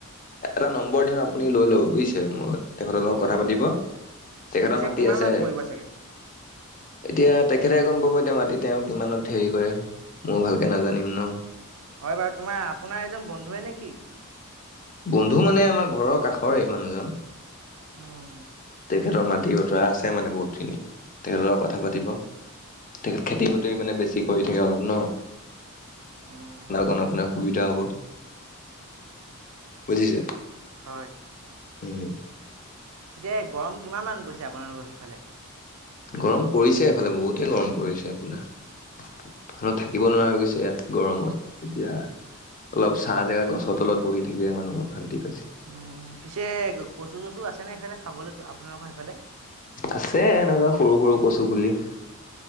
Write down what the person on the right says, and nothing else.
উম,
পিছে
কিমান
মান পৰিব চাগে?
হয় বাৰু তোমা আপোনা এজন বন্ধুৱে নে কি?
উম।
উম,
হয়।
পিছে গৰম কিমান মান পৰিছে আপোনালোকৰ সেইফালে?
উম,
উম পিছে কচু চচু আছে নে সেইফালে খাবলে টো আপোনালোকৰ সেইফালে।